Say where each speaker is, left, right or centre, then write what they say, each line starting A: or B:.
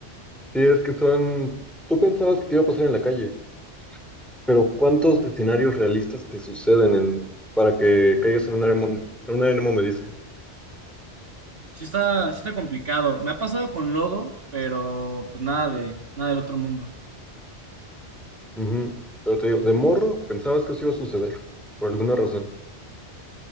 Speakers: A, in the centre; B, on the right.
A: Sí, es que son... Tú pensabas que te iba a pasar en la calle, pero ¿cuántos escenarios realistas te suceden en... para que caigas en una, armo- en una arena movediza?
B: Sí está, sí está complicado. Me ha pasado con lodo, pero pues nada de, nada del otro mundo.
A: Ujú. Pero te digo, de morro pensabas que eso iba a suceder, por alguna razón.